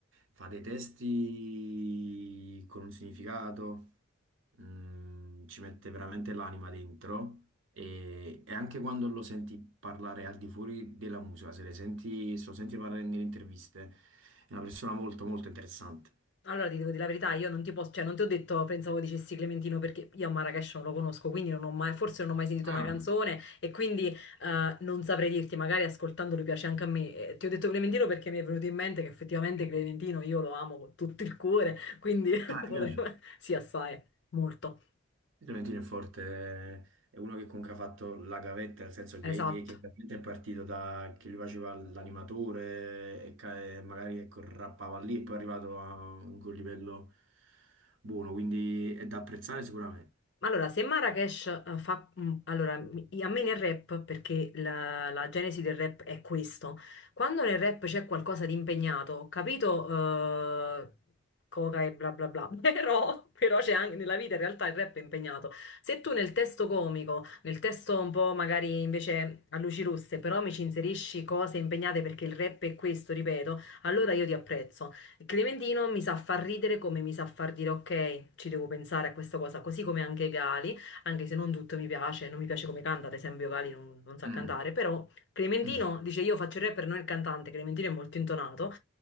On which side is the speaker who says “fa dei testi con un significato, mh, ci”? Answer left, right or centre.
Right